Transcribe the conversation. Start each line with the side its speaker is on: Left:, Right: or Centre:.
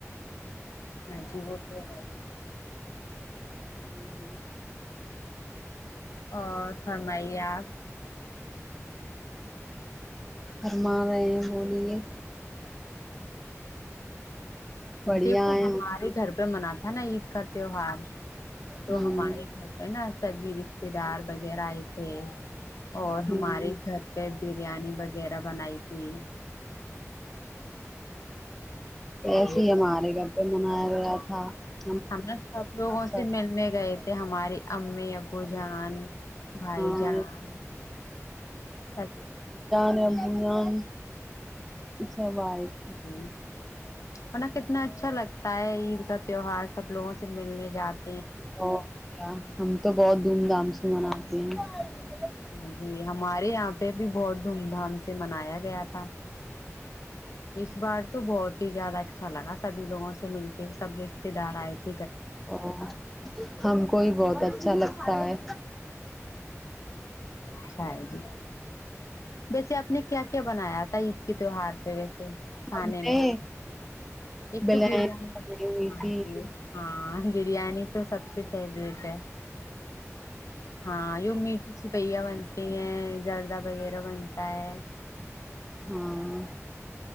Left: ہاں جی وہ تو ہے <unintelligible>
Centre: ہوں <unintelligible>
Left: اور فرمائیے آپ
Centre: گرما رہے ہیں بولیے <unintelligible> بڑھیا
Left: دیکھو
Centre: ہے
Left: ہمارے گھر پہ مناتے ہے نا عید کرتے ہو ہا <unintelligible> تو
Centre: ہ
Left: ہمارے گھر پہ نا <unintelligible> سبھی رشتے دار وغیرہ آئے تھے <unintelligible> اور
Centre: ہ
Left: ہماریے گھر پہ بریانی وغیرہ بنائی تھی
Centre: وسے
Left: جی
Centre: ہی ہم ہمارے گھر پہ منایا گیا تھا <unintelligible>
Left: ہم نے سب لوگوں
Centre: سب
Left: سے ملنے گئے تھے <unintelligible> ہمارے <unintelligible> امی ابو جان بھائی
Centre: ہاں
Left: جان س <unintelligible>
Centre: بیا سب آئے <unintelligible>
Left: ہوں <unintelligible> ن کتنا اچھا لگتا ہے عید کا تیوہار سب لوگوں سے ملنے جاتا
Centre: اوک <unintelligible> ہم تو بہت دھوم دھام سے مناتے ہیں <unintelligible>
Left: ہاں جی ہمارے یہاں پہ بھی بہت دھوم دھام سے منایا گیا تھا اس بار تو بہت ہی زیادہ اچھا لگا <unintelligible> سبھی لوگوں سے مل کے سب رشتے دار آئے تھ
Centre: ا ہم کو ہی بہت اچھا لگتا ت ہے
Left: اچھا ہے جی ویسے آپ نے کیا کیا بنایا تھا عید کے تہوہار پہ ویسے کھانے
Centre: ہم نے
Left: میں ایک
Centre: بلین
Left: تو بریانی
Centre: بنائی ہوئی
Left: ہاں
Centre: تھی
Left: جی ہاں ہاں بریانی تو سب سے فیورٹ ہے ہاں جو میٹھی سپہیا بن پٹگ ہے زردہ وغیرہ بنتا ہے
Centre: ہاں